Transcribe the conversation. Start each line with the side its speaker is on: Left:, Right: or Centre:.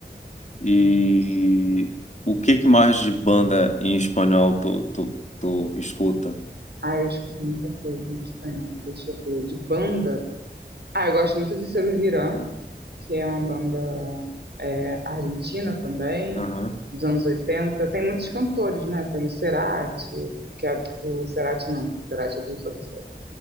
Left: e
Right: Hum.
Left: o que que mais de banda em espanhol tu, tu, tu escuta?
Right: Ah, eu escuto muita coisa em espanhol. Deixa eu ver. De banda. Ah, eu gosto muito de Serú Girán, que é uma banda é, argentina também,
Left: Aham,
Right: dos anos 80. Tem muitos cantores, né? Tem o Cerati, que é o Cerati não, o Cerati é do Soda Stereo.